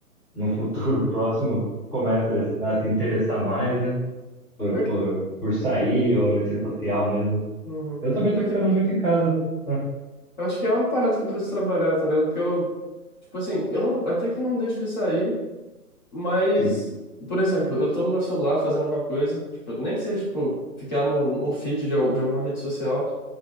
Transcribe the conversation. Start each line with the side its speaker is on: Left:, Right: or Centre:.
Centre: no futuro próximo comece a se interessar mais,
Left: uhum.
Centre: né? Por,
Left: Pior
Centre: por,
Left: que,
Centre: por sair ou nesse social mesmo.
Left: uhum.
Centre: Eu também
Left: Pior
Centre: tô ficando
Left: que,
Centre: muito em casa. Ah,
Left: eu acho que é uma parada que eu preciso trabalhar, tá ligado? Porque eu, tipo assim, eu não, até que não deixo de sair, mas,
Centre: sim,
Left: por exemplo, eu tô no meu celular fazendo alguma coisa, tipo, nem que seja, tipo, ficar no, num feed de, al- de alguma rede social,